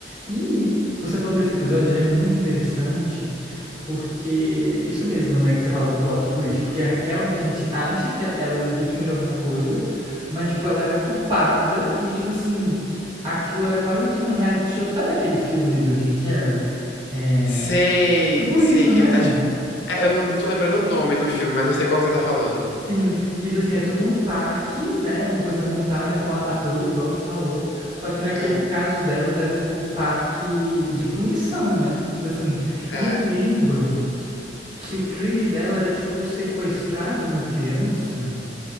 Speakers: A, on the right; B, on the left.
A: E você falando desse episódio, ele é muito interessante Porque isso mesmo, né, que você fala do plot twist, porque realmente a gente acha que ela é vítima de alguma coisa, mas tipo ela era culpada e tipo assim, aquilo era quase que um reality show. Sabe aquele filme do Jim Carrey? É,
B: sei,
A: tipo
B: sei
A: isso,
B: que
A: né?
B: ele tá, tipo... é, eu não, não tô lembrando o nome do filme, mas eu sei qual que você tá falando.
A: Sim, que tipo assim, é tudo um parque, né? Uma coisa montada com a- atores, igual você falou. Só que naquele
B: É,
A: caso delas era tipo um parque de punição, né? Tipo assim,
B: é.
A: e eu lembro que o crime dela era, tipo, sequestrar de uma criança?